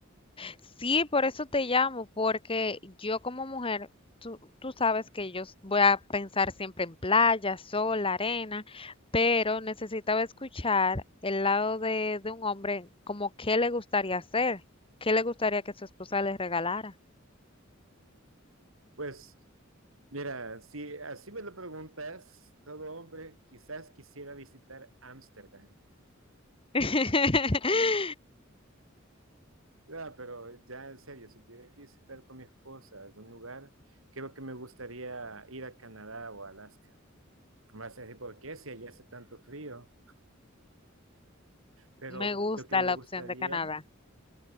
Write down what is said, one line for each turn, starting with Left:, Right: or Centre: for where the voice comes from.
Left: Sí, por eso te llamo, porque yo como mujer, tú, tú sabes que yo voy a pensar siempre en playa, sol, arena, pero necesitaba escuchar el lado de, de un hombre, como qué le gustaría hacer, qué le gustaría que su esposa le regalara.
Right: Pues mira, si así me lo preguntas, todo hombre quizás quisiera visitar Ámsterdam.
Left: <laughs>
Right: Ah, pero ya en serio, si tuviera que visitar con mi esposa algún lugar, creo que me gustaría ir a Canadá o a Alaska. Más así, ¿por qué? Si allá hace tanto frío. Pero
Left: Me gusta
Right: lo que me
Left: la
Right: gustaría
Left: opción de Canadá.